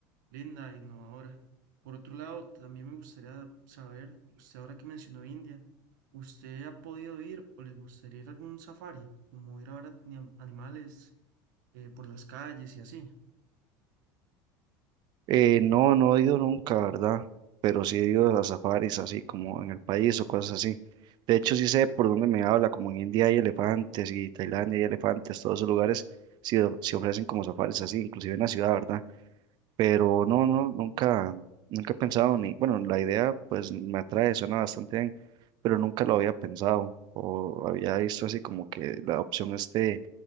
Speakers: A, on the right; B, on the right.
A: linda e innovadora. Por otro lado, también me gustaría saber, usted ahora que mencionó India, ¿usted ha podido ir o le gustaría ir a algún safari, como ir a ver a- ni- animales eh, por las calles y así?
B: Eh, no, no he ido nunca, ¿verdad? Pero sí he ido a safaris, así como en el país o cosas así. De hecho, sí sé por dónde me habla, como en India hay elefantes y Tailandia hay elefantes, todos esos lugares sí, o- sí ofrecen como safaris así, inclusive en la ciudad, ¿verdad? Pero no, no, nunca, nunca he pensado ni, bueno, la idea pues me atrae, suena bastante bien, pero nunca lo había pensado o había visto así como que la opción esté